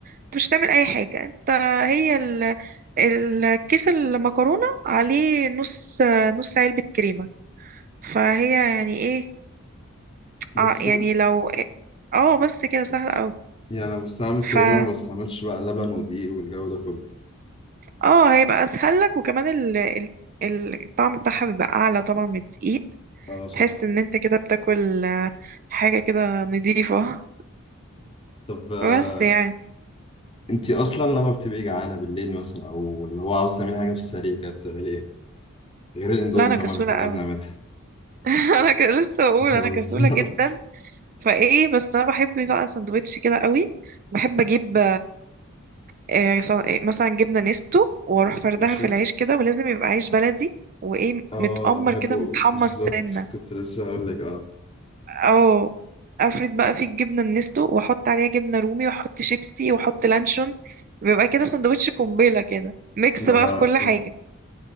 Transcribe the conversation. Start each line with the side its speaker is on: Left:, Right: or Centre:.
Right: انت مش هتعمل اي حاجة انت هي ال... الكيس المكرونة عليه نص نص علبة كريمة فهي يعني ايه
Left: بس
Right: اه
Left: كده
Right: يعني لو اه بس كده سهل
Left: يعني انا بستعمل كريمه
Right: قوي
Left: ما بستعملش بقى لبن ودقيق والجو ده كله
Right: اه هيبقى اسهل لك وكمان ال... ال... ال- الطعم بتاعها بيبقى اعلى طبعا من الدقيق
Left: اه صح
Right: تحس ان انت كده بتاكل آه، حاجه كده نظيفه
Left: طب آه،
Right: <laughs> بس يعني
Left: انتي اصلا لما بتبقي جعانه بالليل مثلا او اللي هو عاوز تعملي حاجه في السريع كده بتعملي ايه غير الاندومي
Right: لا انا
Left: طبعا
Right: كسوله
Left: اللي كلنا
Right: قوي
Left: بنعملها
Right: <laughs> انا ك... لسه بقول
Left: <laughs> بالظبط
Right: انا كسوله جدا فايه بس انا بحب بقى سندوتش كده قوي بحب اجيب آه، ص- آه، مثلا جبنه نستو واروح فردها
Left: ماشي
Right: في العيش كده ولازم يبقى عيش بلدي وايه
Left: اه
Right: متأمر
Left: بحبه
Right: كده متحمص
Left: بالظبط
Right: سنه
Left: كنت لسه هقول لك اه
Right: اه افرد بقى في الجبنه النستو واحط عليها جبنه رومي واحط شيبسي واحط لانشون بيبقى كده سندوتش قنبله كده ميكس
Left: ما
Right: بقى
Left: انا
Right: في كل حاجه